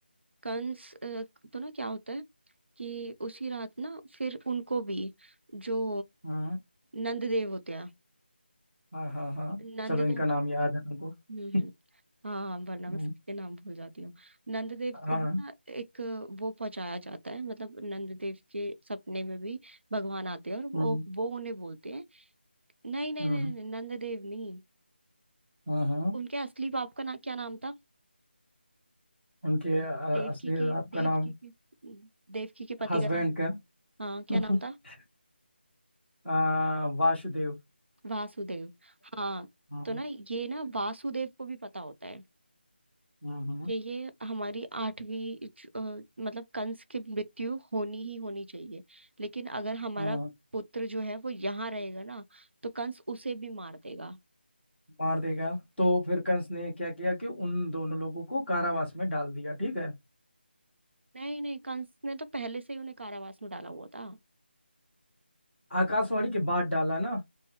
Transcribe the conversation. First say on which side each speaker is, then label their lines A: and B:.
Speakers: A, on the right; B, in the centre.
A: कंस अ, तो ना क्या होता है कि उसी रात ना फिर उनको भी जो
B: हाँ
A: नंद देव होते हैं
B: हाँ हाँ हाँ
A: नंद
B: चलो इनका
A: देव
B: नाम याद है तुमको
A: हम्म
B: <laughs>
A: हम्म हाँ हाँ वरना
B: हम्म,
A: मैं सबके नाम भूल जाती हूँ नंददेव को
B: हाँ
A: भी ना एक वो पहुंचाया जाता है मतलब नंददेव के सपने में भी भगवान आते हैं और वो
B: हम्म
A: वो उन्हें बोलते हैं नहीं नहीं
B: हम्म,
A: नहीं, नहीं नंददेव नहीं
B: हाँ हाँ
A: उनके असली बाप का ना क्या नाम था
B: उनके अ,
A: देवकी
B: असली
A: की
B: आपका
A: देवकी
B: नाम
A: की देवकी के पति
B: हस्बैंड
A: का नाम
B: का
A: हाँ क्या
B: <laughs>
A: नाम था
B: अ, वासुदेव
A: वासुदेव हाँ
B: हम्म
A: तो ना ये ना वासुदेव को भी पता होता है
B: हम्म,
A: कि ये हमारी आठवीं ज- अ, मतलब कंस की मृत्यु होनी ही होनी चाहिए लेकिन अगर हमारा
B: हाँ हाँ,
A: पुत्र जो है वो यहाँ रहेगा ना तो कंस उसे भी मार देगा
B: मार देगा तो फिर कंस ने क्या किया कि उन दोनों लोगों को कारावास में डाल दिया ठीक है
A: नहीं नहीं कंस ने तो पहले से ही उन्हें कारावास में डाला हुआ था
B: आकाशवाणी के बाद डाला ना